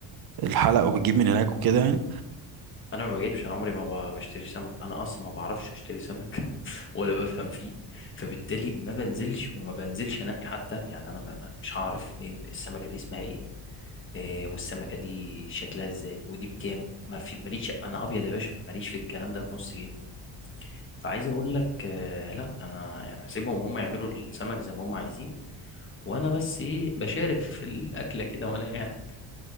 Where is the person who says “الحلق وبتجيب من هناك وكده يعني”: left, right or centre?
Right